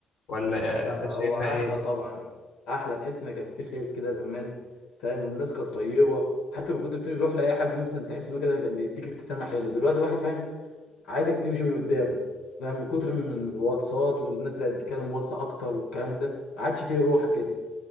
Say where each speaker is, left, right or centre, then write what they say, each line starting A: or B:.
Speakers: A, on the left (about 55°); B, on the left (about 85°).
A: ولا
B: لا
A: انت شايفها
B: هو احلى
A: ايه
B: طبعا احلى تحس ان كان في خير كده زمان فاهم والناس كانت طيبه حتى لما كنت بتروح لاي حد مثلا تحس انه كده كان بيديك ابتسامه حلوه دلوقتي واحد فاهم عايزك تمشي من قدام فاهم من كتر من الواتساب والناس بقت بتتكلم واتس اكتر والكلام ده ما عادش فيه روح كده